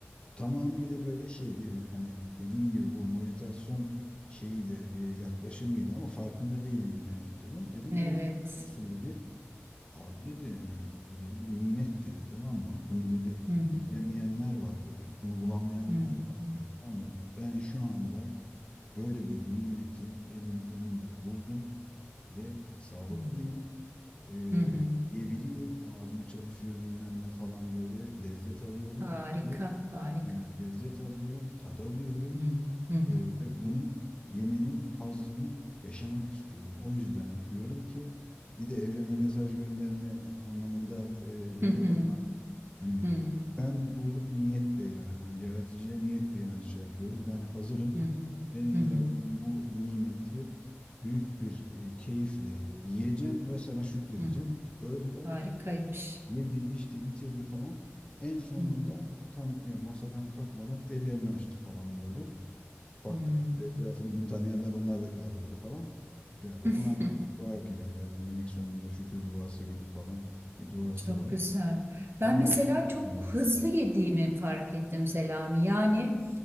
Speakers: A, on the left; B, on the right.
A: Tamamıyla böyle şey bir bir hani dediğin gibi bu meditasyon şeyiyle e, yaklaşımıyla ama farkında değilin ne yaptığını. Dedim
B: Evet.
A: sen ne yapıyorsun?" dedi. Abi dedi yani bu dedi bir nimet dedi tamam mı? Bunu dedi
B: Hı hı.
A: yiyemeyenler var dedi. Bunu bulamayanlar
B: Hı
A: var
B: hı.
A: diyordu ama ben şu anda böyle bir nimeti elim önümde buldum ve sağlıklıyım.
B: Hı hı.
A: Ee,
B: Hı hı.
A: yiyebiliyorum. Ağzım çalışıyor bilmem ne falan böyle lezzet alıyorum.
B: Harika, harika.
A: Evet, lezzet alıyorum, tad alıyorum.
B: Hı hı, hı hı,
A: Ee, ve bunu yemenin hazzını yaşamak istiyorum. O yüzden diyorum ki bir de evrene mesaj gönderme anlamında e, demedi
B: hı hı,
A: ama hani
B: hı hı,
A: ben burada bir niyet beyanı hani yaratıcıya niyet beyanı şey yapıyorum. Ben hazırım.
B: hı hı,
A: Senin yarattığın
B: hı hı,
A: bu nimeti büyük bir e, keyifle yiyeceğim ve sana şükredeceğim.
B: hı hı.
A: Sonra bir baktım
B: Harikaymış.
A: ki yedi, içti, bitirdi falan. En sonunda
B: Hı hı,
A: tam yani masadan kalkmadan ellerini açtı falan böyle. Baktık
B: hı.
A: böyle etrafında onu tanıyanlar onlar da kaldırdı falan. Yani okunan
B: <laughs>
A: dua gibi yani yemek sonunda şükür duası gibi falan bir duası
B: Çok
A: var.
B: güzel. Ben
A: Onu
B: mesela çok
A: okudum.
B: hızlı yediğimi fark ettim Selami. Yani